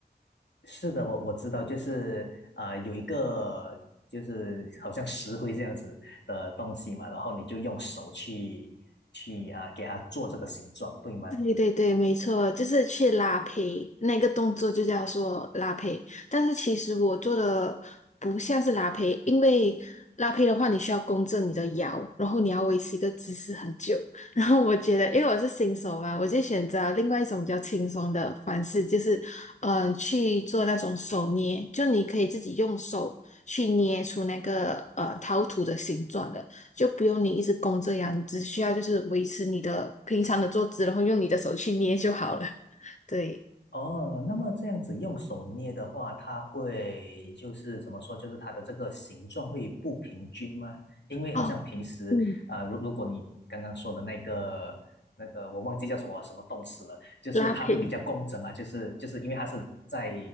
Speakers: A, on the left; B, on the left.
A: 是的，我我知道，就是啊、呃有一个就是好像石灰这样子的东西嘛，然后你就用手去去啊、给它做这个形状，对吗？
B: 对对对，没错，就是去拉胚，那个动作就叫做拉胚。但是其实我做的不像是拉胚，因为拉胚的话，你需要弓正你的腰，然后你要维持一个姿势很久。<laughs> 然后我觉得，因为我是新手嘛，我就选择另外一种比较轻松的方式，就是嗯、呃去做那种手捏，就你可以自己用手去捏出那个呃陶土的形状的。就不用你一直弓这样，你只需要就是维持你的平常的坐姿，然后用你的手去捏就好了。<laughs> 对，
A: 哦，那么这样子用手捏的话，它会就是怎么说，就是它的这个形状会不平均吗？因为好像平时啊呃如、
B: 哦，嗯，
A: 如果你刚刚说的那个那个，我忘记叫什么什么动词了，就是它会比较工整嘛，
B: 拉皮。
A: 就是就是因为它是在